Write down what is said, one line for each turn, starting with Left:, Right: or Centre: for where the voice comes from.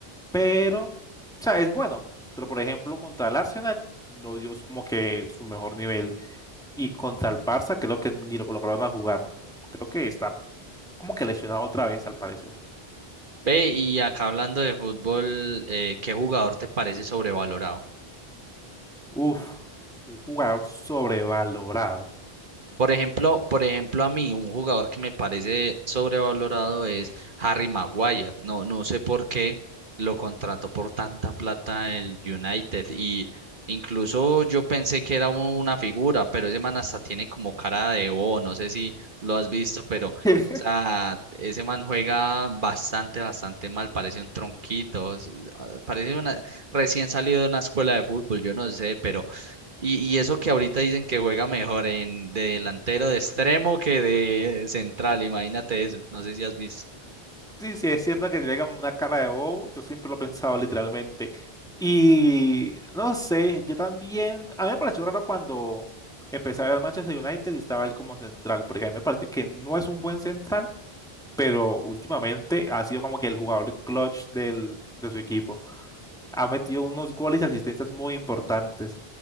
Centre: Pero, o sea, es bueno. Pero, por ejemplo, contra el Arsenal no dio como que su mejor nivel. Y contra el Barça creo que ni lo colocaron a jugar. Creo que está como que lesionado otra vez, al parecer.
Right: Ve, y acá hablando de fútbol, eh, ¿qué jugador te parece sobrevalorado?
Centre: Uf, un jugador sobrevalorado.
Right: Por ejemplo, por ejemplo, a mí un jugador que me parece sobrevalorado es Harry Maguire. No, no sé por qué lo contrató por tanta plata el United. Y incluso yo pensé que era un- una figura, pero ese man hasta tiene como cara de bobo. No sé si lo has visto, pero o
Centre: <laughs>
Right: sea, ese man juega bastante, bastante mal. Parece un tronquito. es- ah, Parece una, recién salido de una escuela de fútbol. Yo no sé, pero y, y eso que ahorita dicen que juega mejor en de delantero de extremo que de central, imagínate eso, no sé si has visto.
Centre: Sí, sí, es cierto que tiene como una cara de bobo, yo siempre lo he pensado literalmente. Y no sé, yo también, a mí me pareció raro cuando empecé a ver al Manchester United y estaba él como central, porque a mí me parece que no es un buen central, pero últimamente ha sido como que el jugador clutch del, de su equipo. Ha metido unos goles y asistencias muy importantes.